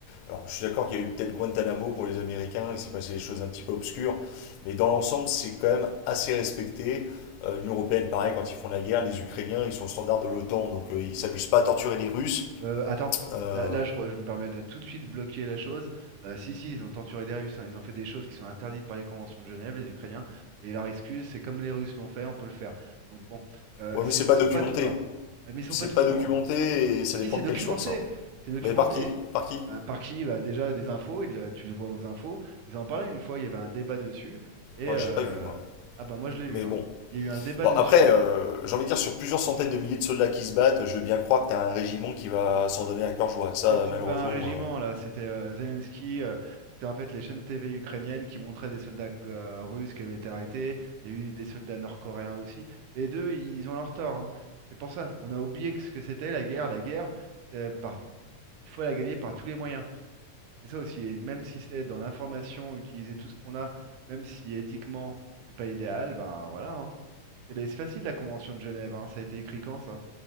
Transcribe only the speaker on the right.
Euh, attends,
là, là, je, re- je me permets de tout de suite bloquer la chose. Euh, si, si, ils ont torturé des Russes, hein, ils ont fait des choses qui sont interdites par les conventions de Genève, les Ukrainiens, et leur excuse, c'est comme les Russes l'ont fait, on peut le faire. Donc bon, euh,
c'est-
ils sont
pas tout blancs. Ah, Mais ils sont
pas tout
blancs.
hein.
Si, c'est
documenté,
c'est documenté.
Bah, par qui? Bah, déjà, les infos, ils le- tu le vois aux infos, ils en parlaient une fois, il y avait un débat dessus, et...
euh,
Ah bah moi je l'ai vu,
hein.
Il y a eu un débat
dessus.
C'est c'est
pas un régiment
là, c'était euh, Zelensky, euh, c'était en fait les chaînes TV ukrainiennes qui montraient des soldats euh, russes qui avaient été arrêtés, il y a eu des soldats nord-coréens aussi. Les deux, ils ont leur tort. hein. C'est pour ça, on a oublié que ce que c'était la guerre. La guerre, c'est par... il faut la gagner par tous les moyens. C'est ça aussi, et même si c'est dans l'information, utiliser tout ce qu'on a, même si éthiquement c'est pas idéal, ben voilà. hein. C'est c'est facile la Convention de Genève, hein. Ça a été écrit quand ça?